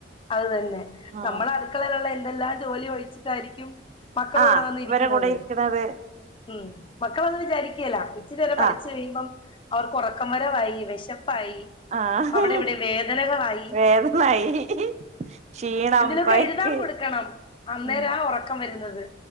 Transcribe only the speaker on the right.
ആഹ്
ആഹ്
ഇവരെ കൂടെ ഇരിക്കണത്
ആഹ്
ആഹ്
വേദനായി ക്ഷീണം
കൊയക്ക്
ഉം